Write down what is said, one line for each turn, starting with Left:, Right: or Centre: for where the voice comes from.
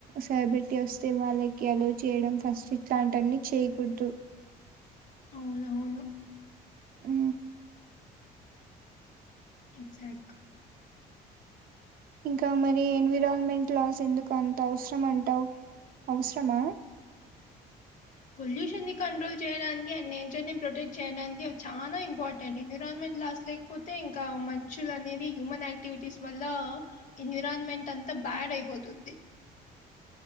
Right: సరి పెట్టి వస్తే వాళ్ళకి అలో చేయడం ఫస్ట్ ఇట్లాంటిన్న చేయకూడదు
Left: అవును అవును
Right: ఉ
Left: ఎక్జాక్ట్గా
Right: ఇంకా మరి ఎన్విరాల్మెంట్ లాస్ ఎందుకు అంత అవసరం అంటావు అవసరమా <inaudible>
Left: పొల్యూషన్ ని కంట్రోల్ చేయడానికి అండ్ నేచర్ ని ప్రొటెక్ట్ చేయడానికి అవి చానా ఇంపార్టెంట్ ఎన్విరాన్మెంట్ లా లేకపోతే ఇంకా మనుషులు అనేది హ్యూమన్ యాక్టివిటీస్ వల్ల ఎన్విరాన్మెంట్ అంత బా బ్యాడ్ అయిపోతుంది